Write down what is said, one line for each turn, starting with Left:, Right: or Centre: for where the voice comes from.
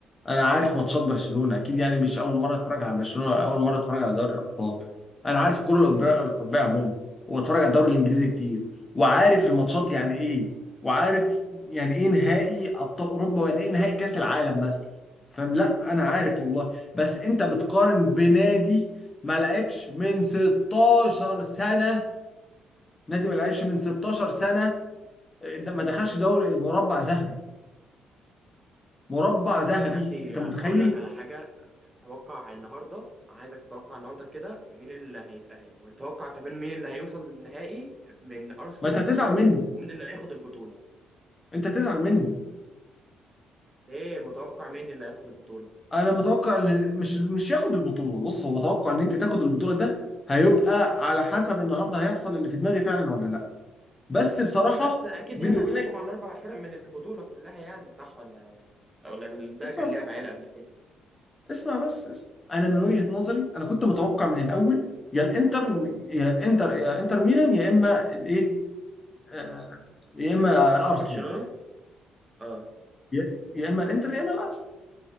Left: انا عارف ماتشات برشلونه اكيد يعني مش اول مره اتفرج على برشلونه ولا اول مره اتفرج على دوري الابطال انا عارف الكره الأوبرا- الاوروبيه عموما واتفرج على الدوري الانجليزي كتير وعارف الماتشات يعني ايه وعارف يعني ايه نهائي ابطال اوروبا ويعني ايه نهائي كاس العالم مثلا فاهم لا انا عارف والله بس انت بتقارن بنادي ما لعبش من 16 سنه نادي ما لعبش من 16 سنه ده ما دخلش دوري مربع ذهبي مربع ذهبي
Right: يا ابني
Left: انت متخيل
Right: هقول لك على حاجه توقع النهارده عايزك تتوقع النهارده كده مين اللي هيتاهل وتتوقع كمان مين اللي هيوصل للنهائي من ارسنال
Left: ما انت هتزعل
Right: وباريس
Left: مني
Right: ومين اللي هياخد البطوله
Left: انت هتزعل مني
Right: ليه متوقع مين اللي هياخد البطوله
Left: انا متوقع ان مش مش ياخد البطوله بص هو توقع ان انت تاخد البطوله ده هيبقى على حسب النهارده هيحصل اللي في دماغي فعلا ولا لا بس بصراحه
Right: بس اكيد
Left: بيني
Right: يعني
Left: وبينك
Right: هتحكم على الاربع فرق من البطوله كلها يعني صح ولا ولا ده
Left: اسمع
Right: كان لعب
Left: بس
Right: عيال قبل كده مم.
Left: اسمع بس اسمع. انا من وجهه نظري انا كنت متوقع من الاول يا الانتر يا الانتر يا انتر ميلان يا اما الايه آه، يا اما الارسنال
Right: برشلونه اه
Left: يا يا اما الانتر يا اما الارسنال